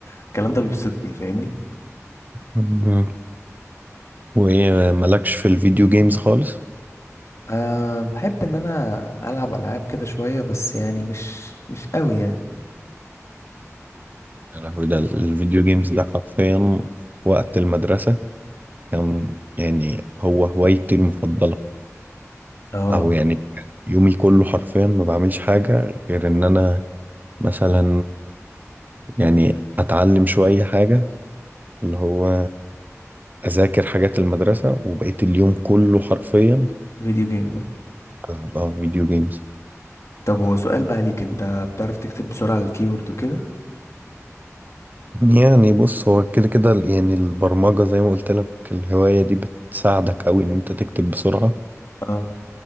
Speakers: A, on the left; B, on the right.
A: والكلام ده بيبسطني فاهمني
B: آه، وايه مالكش في الفيديو جيمز خالص
A: أه بحب إن أنا ألعب ألعاب كده شوية بس يعني مش مش أوي يعني
B: يا لهوي ده الفيديو جيمز ده حرفيا في وقت المدرسة كان يعني هو هوايتي المفضلة
A: اه
B: او يعني كان يومي كله حرفيا ما بعملش حاجة غير ان انا مثلا يعني اتعلم شوية حاجة اللي هو اذاكر حاجات المدرسة وبقيت اليوم كله حرفيا
A: فيديو جيم
B: العب اه فيديو جيمز
A: طب هو سؤال بقى ليك انت بتعرف تكتب بسرعة على الكيبورد وكده
B: يعني بص هو كده كده يعني البرمجة زي ما قلت لك الهواية دي بتساعدك قوي ان انت تكتب بسرعة
A: اه